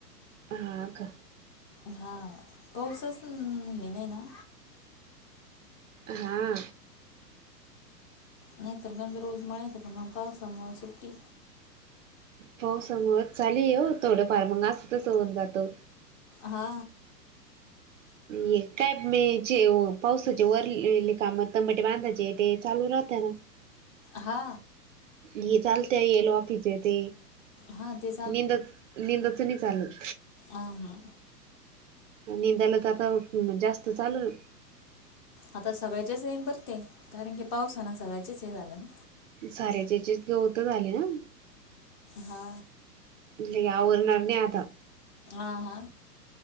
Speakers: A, on the right; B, on the left.
A: हा का
B: हा पाऊसंच हे नहीना
A: हा
B: नाहीतर गंज रोज मळ्यात पण पावसामुळ सुट्टी.
A: पावसामुळ चाली हो थोडंफार मंग असं तसं होऊन जातं.
B: हा
A: येतात मे चे हो पावसाचे वरले ले काम तंबाटे बांधायचेत ते चालू राहत ना?
B: हा
A: हे चालतय येईल वाफेचे ते
B: हां ते
A: निंदत निंदाच नाय चालत.
B: आमं
A: निदायलाच आता जास्त चालू.
B: आता सगळ्याचेच येन बर ते कारण की पाऊसानं सगळ्याचेच हे झालं ना
A: सऱ्याजचीचं गवत झाली ना
B: हा.
A: म्हणलं हे आवरणारने आता.
B: आह हा.